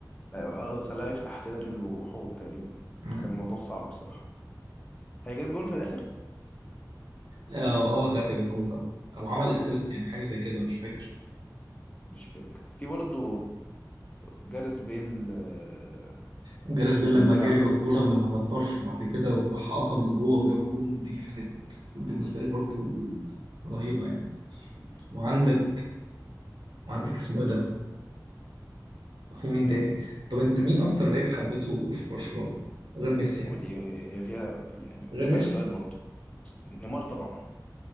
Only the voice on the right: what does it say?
اه
اه آه، ساعتها جاب جون طبعا او عمل اسيست يعني حاجه زي كده مش فاكر
جاريث بيل لما
جري
بالكوره من على الطرف وبعد كده وراح قطم لجوه وجاب جون دي كانت بالنسبه لي برضو رهيبه يعني وعندك وعندك اسمه ايه ده في مين تاني طب انت مين اكتر لعيب حبيته في برشلونه غير ميسي يعني
غير
ميسي